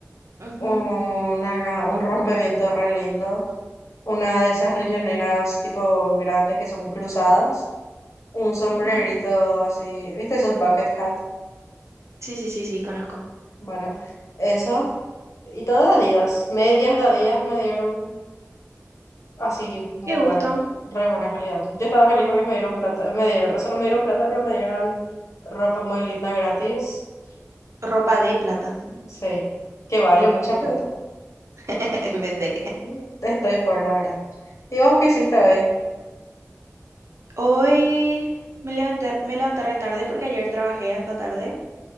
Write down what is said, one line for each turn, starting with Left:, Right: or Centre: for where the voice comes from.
Right: Ujú,
Left: Una, un rompeviento re lindo, una de esas riñoneras tipo grandes que son cruzadas, un sombrerito
Right: ujú.
Left: así, ¿viste esos bucket hat?
Right: Sí, sí, sí, sí, conozco.
Left: Bueno, eso, y todo de Adidas, medias de Adidas me dieron Así, muy
Right: Qué gusto.
Left: buena, re buena calidad. Yo estaba feliz porque me dieron plata, me dieron, o sea, no me dieron plata, pero me dieron ropa muy linda gratis.
Right: Ropa
Left: Uf,
Right: de plata.
Left: sí, que vale mucha
Right: Qué
Left: plata.
Right: gusto. <laughs> Vende.
Left: Mm, Estoy por la verdad. ¿Y vos qué hiciste hoy?
Right: Hoy me levanté, me levanté re tarde porque ayer trabajé hasta tarde